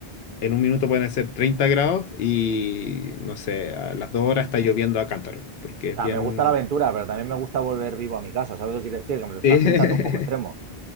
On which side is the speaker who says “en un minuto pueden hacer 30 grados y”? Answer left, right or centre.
Left